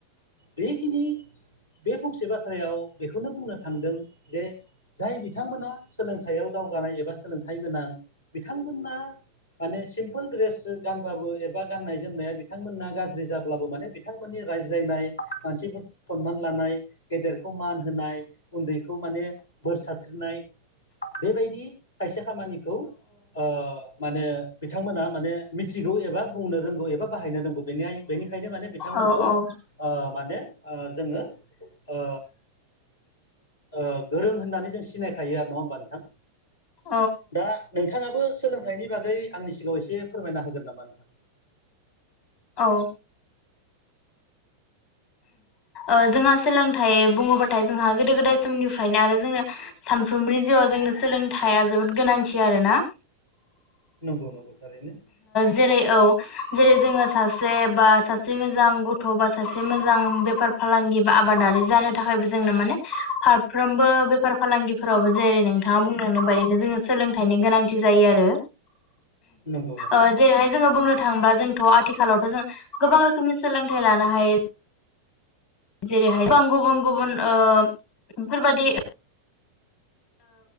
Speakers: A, on the left; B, on the left.
A: बेखिनि बे फंसे बाथ्रायाव बेखौनो बुंनो थांदों, जे जाय बिथांमोना सोलोंथाइयाव दावगानाय एबा सोलोंथाइ गोनां बिथांमोना माने सिम्पोल ड्रेस गानबाबो एबा गाननाय जोमनाया बिथांमोना गाज्रि जाब्लाबो माने बिथांमोननि रायज्लायनाय मानसिखौ सनमान लानाय, गेदेरखौ मान होनाय, उन्दैखौ माने बोर सारस्रिनाय बेबायदि खायसे खामानिखौ ओ माने बिथांमोना माने मिथिगौ एबा बुंनो रोंगौ एबा बाहायनो रोंगौनि। बेनाय बेनिखायनो माने बिथांमोन
B: अह अह।
A: ओ माने ओ जोङो ओ ओ गोरों होननानै जों सिनायखायो आरो नङा होमबा नोंथां?
B: औ
A: दा नोंथाङाबो सोलोंथाइनि बागै आंनि सिगाङाव एसे फोरमायना होगोन नामा नोंथां?
B: औ। ओ जोंहा सोलोंथाइ बुङोबाथाय जोंहा गोदो गोदाय समनिफ्रायनो आरो जोङो सानफ्रोमबोनि जिउआव जोंनो सोलोंथाइआ जोबोद गोनांथि आरोना।
A: नंगौ नंगौ। थारैनो
B: जेरै औ जेरै जोङो सा से बा सासे मोजां गथ' बा सासे मोजां बेफार फालांगि बा आबादारि जानो थाखायबो जों नो माने फारफ्रोमबो बेफार फालांगिफोरावबो जेरै नोंथाङा बुंलांनाय बादिनो जोङो सोलोंथाइनि गोनांथि जायो आरो।
A: नंगौ नंगौ।
B: ओ जेरैहाय जोङो बुंनो थाङोबा जोंथ' आथिखालावथ' जों गोबां रोखोमनि सोलोंथाइ लानो हायो। जेरैहाय गोबां गुबुं गुबुन ओ बेफोरबादि